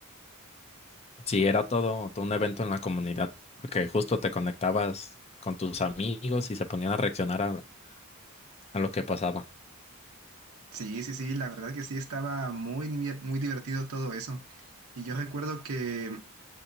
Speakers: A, on the left (about 30°); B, on the right (about 70°).
A: sí, era todo, todo un evento en la comunidad, porque justo te conectabas con tus amigos y se ponían a reaccionar a, a lo que pasaba.
B: Sí, sí, sí, la verdad que sí, estaba muy, ni- muy divertido todo eso. Y yo recuerdo que